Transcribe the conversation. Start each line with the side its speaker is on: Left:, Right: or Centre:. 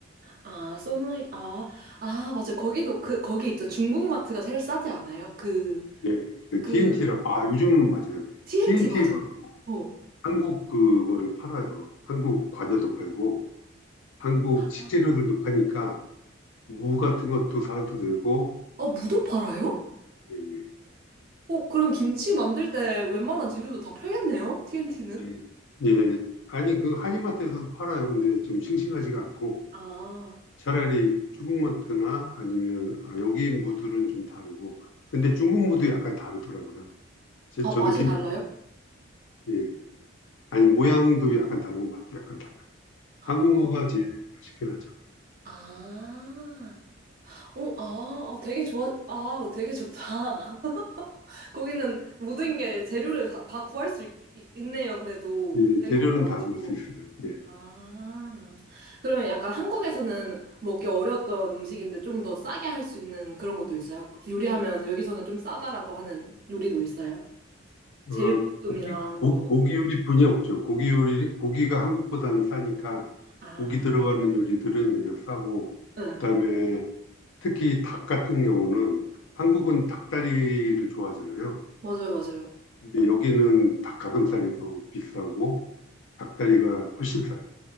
Right: 아, 선라이트 아, 아, 맞아요. 거기도, 그, 거기 있죠. 중국 마트가 제일 싸지 않아요? 그,
Left: 예, 그
Right: 그,
Left: TNT라고, 아, 요즘은 맞아요.
Right: TNT,
Left: TNT에서도
Right: 맞아. 어.
Left: 한국 그거를 팔아요. 한국 과자도 팔고, 한국 식재료들도
Right: 아.
Left: 파니까, 무 같은 것도 사도 되고,
Right: 아, 무도 팔아요?
Left: 예, 예.
Right: 어, 그럼 김치 만들 때 웬만한 재료도 다 팔겠네요? TNT는?
Left: 예, 예. 아니, 그 한인마트에서도 팔아요. 근데 좀 싱싱하지가 않고
Right: 아,
Left: 차라리 중국마트나 아니면 아, 여기 무들은 좀 다르고 근데 중국 무도 약간 다르더라고요. 제-
Right: 아,
Left: 저도
Right: 맛이
Left: 김치
Right: 달라요?
Left: 예. 아니 모양도 약간 다르고 맛도 약간 달라요. 한국
Right: 어.
Left: 무가 제일 맛있긴 하죠.
Right: 아. 어, 아, 어, 되게 좋아, 아, 되게 좋다. <laughs> 거기는 모든 게 재료를 다, 다 구할 수 있, 네요 그래도
Left: 예,
Right: 밴쿠버라
Left: 재료는 다
Right: 가지고.
Left: 볼 수 있어요. 예.
Right: 아, 그러면 약간 한국에서는 먹기 어려웠던 음식인데 좀 더 싸게 할 수 있는 그런 것도 있어요? 요리하면 여기서는 좀 싸다라고 하는 요리도 있어요? 제육볶음이랑
Left: 어, 고기 고,
Right: 뭐,
Left: 고기 요리뿐이 없죠. 고기 요리 고기가 한국보다는 싸니까
Right: 아,
Left: 고기 들어가는 요리들은 여기가 싸고
Right: 응,
Left: 그다음에 특히 닭 같은 경우는 한국은 닭다리를 좋아하잖아요.
Right: 맞아요, 맞아요.
Left: 근데 여기는 닭 가슴살이 더 비싸고 닭다리가 훨씬 싸요.